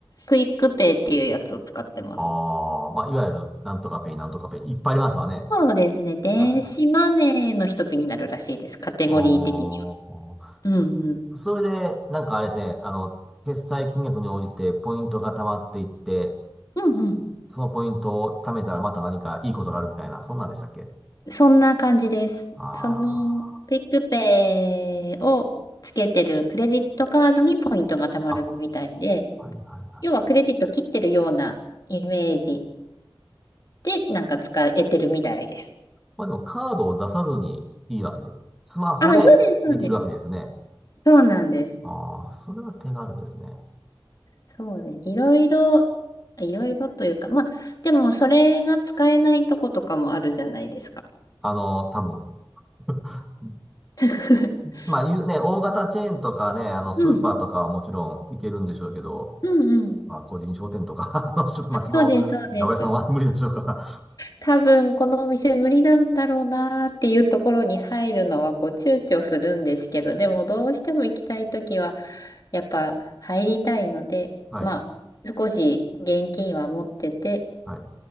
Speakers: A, on the left; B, in the centre.
A: クイックペイっていうやつを使ってます。
B: ああ、まあ、いわゆる、なんとかペイ、なんとかペイ、いっぱいありますわね。
A: そうですね。電子マネーの一つになるらしいです。
B: はい。
A: カテゴリー的には。
B: おー、
A: うんうん。
B: それで、なんかあれですね、あの、決済金額に応じてポイントが溜まっていって、
A: うんうん。
B: そのポイントを貯めたらまた何かいいことがあるみたいな、そんなんでしたっけ
A: そんな感じです。
B: あ
A: その、クイックペイをつけてるクレジットカードにポイントが貯まるみたいで、
B: あー、あ、はいはいはいはい。
A: 要はクレジット切ってるようなイメージでなんか使えてるみたいです。
B: まあでもカードを出さずにいいわけです。スマホでできるわけですね。
A: あ、そうです、そうです。そうなんです。
B: ああ、それは手軽ですね。
A: そうです。いろいろ、いろいろというか、まあ、でもそれが使えないとことかもあるじゃないですか。
B: あの、多分。<laughs>
A: <laughs>
B: まあ、いうね、大型チェーンとかね、あの、スーパーとかはもちろん行けるんでしょうけど、
A: うん。うんうん。
B: まあ、個人商店とか、<laughs> あの、し町の八百屋さんは無理でしょうから。
A: そうです、そうです。多分このお店無理なんだろうなーっていうところに入るのはこう躊躇するんですけど、でもどうしても行きたいときはやっぱ入りたいので、
B: <laughs> はい、
A: まあ少し現金は持ってて、
B: はい。